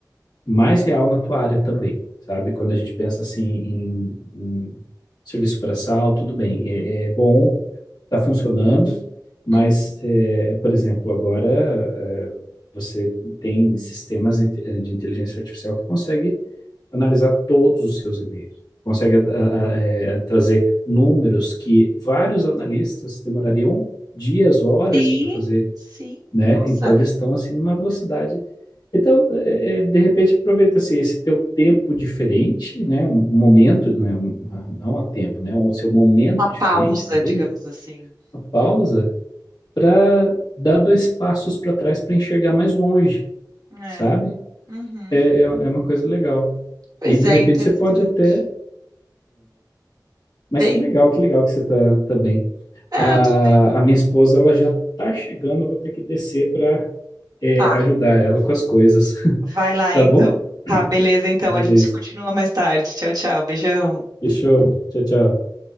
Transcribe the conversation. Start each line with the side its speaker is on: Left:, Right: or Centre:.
Left: mais real na tua área também, sabe? Quando a gente pensa assim em, em serviço braçal, tudo bem, é, é bom, tá funcionando, mas,
Right: Uhum.
Left: é, é, por exemplo, agora é, você tem sistemas inte- de inteligência artificial que consegue analisar todos os seus e-mails. Consegue ah, ah, eh, trazer números que vários analistas demorariam dias, horas
Right: Sim,
Left: para fazer,
Right: sim.
Left: né?
Right: Nossa,
Left: Então eles estão assim numa velocidade. Então, eh, eh, de repente, aproveita assim, esse teu tempo diferente, né? Um momento, né? Um- ah, não há tempo, né? O seu momento
Right: uma
Left: diferente
Right: pausa,
Left: da vida,
Right: digamos assim.
Left: a pausa, para dar dois passos para trás para enxergar mais longe,
Right: É.
Left: sabe?
Right: Uhum.
Left: é, é é uma coisa legal.
Right: Pois
Left: E de
Right: é,
Left: repente
Right: interessante.
Left: você pode até Mas
Right: Bem,
Left: que legal, que legal que você tá, tá bem.
Right: ah,
Left: A,
Right: eu tô bem.
Left: a minha esposa, ela já tá chegando, eu vou ter que descer para
Right: Tá,
Left: ajudar ela com as coisas. <laughs>
Right: vai lá
Left: Tá
Right: então.
Left: bom?
Right: Tá, beleza, então.
Left: Beleza.
Right: A gente continua mais tarde. Tchau, tchau. Beijão.
Left: Fechou. Tchau, tchau.